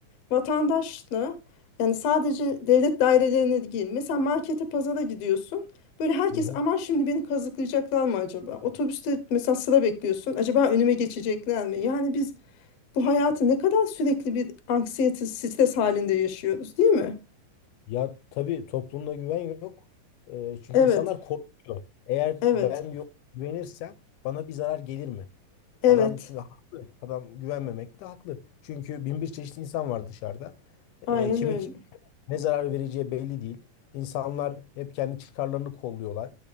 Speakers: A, on the left; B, on the left.
A: Vatandaşla yani sadece devlet dairelerine değil. Mesela markete, pazara gidiyorsun. Böyle herkes
B: Hı hı.
A: aman şimdi beni kazıklayacaklar mı acaba? Otobüste mesela sıra bekliyorsun. Acaba önüme geçecekler mi? Yani biz bu hayatı ne kadar sürekli bir anksiyete, stres halinde yaşıyoruz, değil mi?
B: Ya tabii toplumda güven yok. Ee, çünkü
A: Evet,
B: insanlar korkuyor. Eğer
A: evet,
B: ben yok güvenirsem bana bir zarar gelir mi?
A: evet.
B: Adam şimdi haklı. Adam güvenmemek de haklı. Çünkü bin bir çeşit insan var dışarıda.
A: Aynen
B: Ee, kimi
A: öyle.
B: ki- ne zarar vereceği belli değil. İnsanlar hep kendi çıkarlarını kolluyorlar.